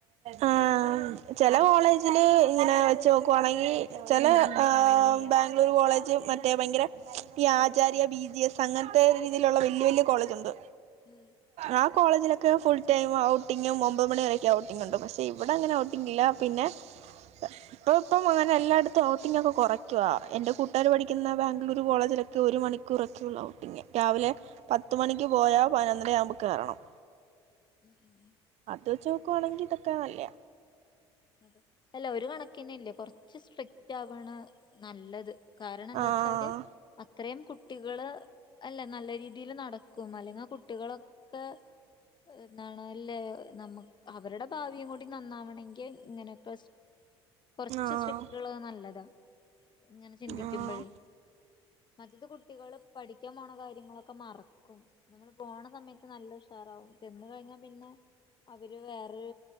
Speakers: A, on the right; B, on the left.
A: ആ ചെല കോളേജില് ഇങ്ങനെ വെച്ച് നോക്കുവാണെങ്കി ചില ബാംഗ്ലൂരു കോളേജ് മറ്റേ ഭയങ്കര ഈ ആചാര്യ ബി ജി എസ് അങ്ങനത്തെ. രീതിയിലുള്ള വല്യ വല്യ കോളേജ് ഉണ്ട്
B: ഉം
A: ആ കോളേജിലൊക് ഒ ഫുൾടൈം ഔട്ടിങ്ങും ഒമ്പത് മണിവ വരൊക്കെ ഔട്ടിങ്ങ ഉണ്ട് പക്ഷേ ഇവിടെ അങ്ങനെ ഔട്ടിങ്ങില്ല പിന്നെ. ഇപ്പൊ ഇപ്പം അങ്ങനെ എല്ലായിടത്തും ഔട്ടിംഗ ഒക്കെ കുറയ്ക്കുവ എന്റെ കൂട്ടാാര് പഠിക്കുന്ന ബാംഗ്ലൂരു കോളേജ് ഒരു മണിക്കൂറൊക്കെ ഔട്ടി രാവിലെ പത്ത് മണിക്ക് പോയാ പതിനൊന്നര ആവുമ്പോ കേറണം
B: ഉം ഉം ഉ
A: അതൊച്ചോക്കെ വാണെങ്കിൽ ഇതൊക്കാ വല്യ
B: അതെ അല്ല ഒരു കണക്കിന് ഇല്ലേ കൊറച്ച് സ്ട്രിക്റ്റ് ആവാണ് നല്ലത് കാരണം എന്താ
A: ആഹ്
B: വച്ചാല് അത്രയും കു കുട്ടികള് അല്ല നല്ല രീതിൽ നടക്കും അല്ലെങ്കിൽ കുട്ടികളൊക്കെ എന്നാണ് അല്ലേ നമ്മുക്ക് അവരുടെ ഭാവിയും കൂടി നന്നാവണെങ്കിൽ ഇങ്ങനെയൊക്കെ കുറച്ച്
A: ആഹ്
B: സ്വിറ്റ് ഉള്ളത് നല്ലതാ ഇങ്ങനെ ചിന്തിക്കുമ്പോഴേ
A: ആഹ്
B: മറ്റ് കുട്ടികള് പഠിക്കാൻ പോണ കാര്യം കാര്യങ്ങളൊക്കെ മറക്കും നിങ്ങൾപോണ സമയത്ത് നല്ല ഉഷാറാവും ചെന്ന് കഴിഞ്ഞാൽ പിന്നെ അവര് വേറെ